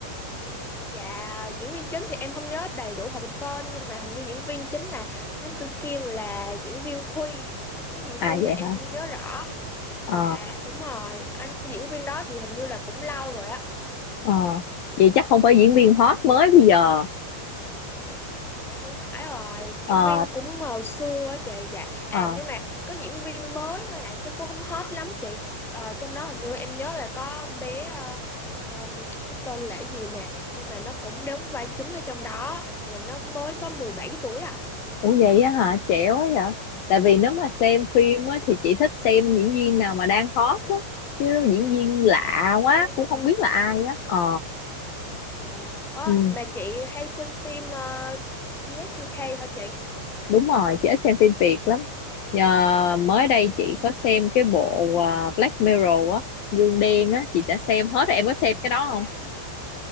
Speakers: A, in the centre; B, on the left.
A: dạ diễn viên chính thì em không nhớ đầy đủ họ về tên nhưng mà hình như diễn viên chính là Thám Tử Kiên là diễn viên Huy cái gì
B: À
A: Huy
B: vậy
A: á em
B: hả?
A: không nhớ rõ
B: Ờ,
A: dạ đúng rồi anh diễn viên đó thì hình như là cũng lâu rồi á Ừ,
B: ờ. Vậy chắc không phải diễn viên hot mới bây giờ.
A: dạ không phải rồi diễn
B: Ờ,
A: viên cũng hồi xưa á chị dạ
B: ờ.
A: à nhưng mà có diễn viên mới thôi à chứ cô không hot lắm chị Ờ, trong đó hình như em nhớ là có con bé ờ, ờ, cái tên là cái gì nè nhưng mà nó cũng đóng vai chính ở trong đó là nó mới có mười bảy tuổi à
B: Ủa vậy á hả? Trẻ quá vậy. Tại vì nếu mà xem phim
A: dạ
B: á thì chị thích xem diễn viên nào mà đang hot á. Chứ diễn viên lạ
A: ừ,
B: quá cũng không biết là ai á. Ờ,
A: dạ Ơ,
B: ừ,
A: mà chị hay xem phim ờ, u UK hả chị
B: đúng rồi, chị ít xem phim Việt lắm. Nhờ mới đây
A: Ừ,
B: chị có xem cái bộ à, Black Mirror á, gương đen á, chị đã xem hết rồi. Em có xem cái đó
A: dạ
B: không?